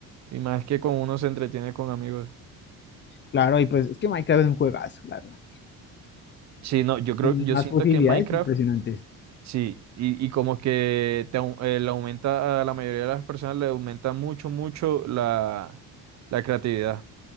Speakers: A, on the right; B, on the left.
A: y más que con uno se entretiene con amigos.
B: Claro, y pues es que Minecraft es un juegazo, la verdad.
A: Sí, no, yo creo,
B: Con
A: yo
B: Más
A: siento
B: posibilidades
A: que Minecraft
B: impresionantes.
A: Sí, y, y como que te, au- eh, le aumenta a la mayoría de las personas, le aumenta mucho, mucho la, la creatividad.